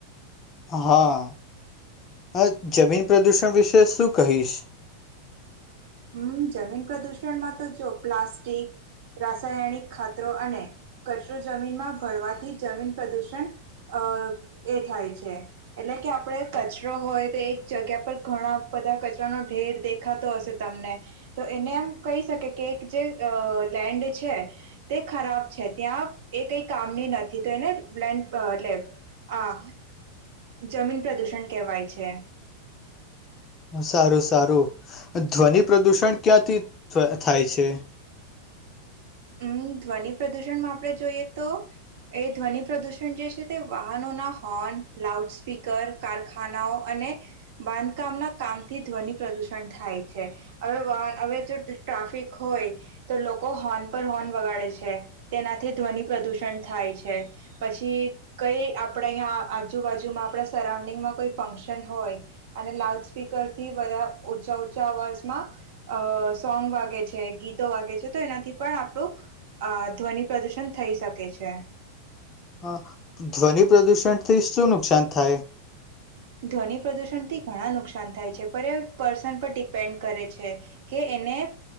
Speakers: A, on the left; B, on the right.
A: હા હ જમીન પ્રદુષણ વિશે શું કહીશ?
B: હમ્મ જમીન પ્રદુષણમાં તો જો પ્લાસ્ટિક રાસાયણિક ખાતરો અને કચરો જમીનમાં ભરવાથી જમીન પ્રદુષણ અ એ થાય છે એટલે કે આપડે કચરો હોય તે એક જગ્યા પર ઘણા બધા કચરાનો ઢેર દેખાતો હશે તમને તો એને એમ કહી શકે કે એક જે લેન્ડ છે તે ખરાબ છે. ત્યાં એ કઈ કામની નથી, તો એને લેન્ડ એટલે આ જમીન પ્રદૂષણ કેહેવાય છે.
A: સારું સારું ધ્વનિ પ્રદુષણ ક્યાંથી થાય છે?
B: ઉમમ ધ્વનિ પ્રદુષણમાં આપણે જોઈએ તો એ ધ્વનિ પ્રદૂષણ જે છે તે વાહનો ના હોર્ન, લાઉડ સ્પીકર, કારખાનાઓ અને બાંધકામના કામથી ધ્વનિ પ્રદુષણ થાય છે. હવે વાહ હવે જો ટ્રાફિક હોય તો લોકો હોર્ન પર હોર્ન વગાડે છે. તેનાથી ધ્વનિ પ્રદૂષણ થાય છે. પછી કઈ આપડા અહીંયા આજુબાજુમાં આપડા સરાઉન્ડિંગમાં કોઈ ફંક્શન હોય અને લાઉડ સ્પીકરથી બધા ઉંચા ઉંચા અવાજમાં અ સોંગ વાગે છે, ગીતો વાગે છે. તો એનાથી પણ આપણું અ ધ્વનિ પ્રદૂષણ થઈ શકે છે.
A: હા ધ્વનિ પ્રદુષણ થી શું નુકસાન થાય?
B: ધ્વનિ પ્રદુષણ થી ઘણા નુકસાન થાય છે. પર એ પર્સન પર ડિપેન્ડ કરે છે. <unintelligible> કે એને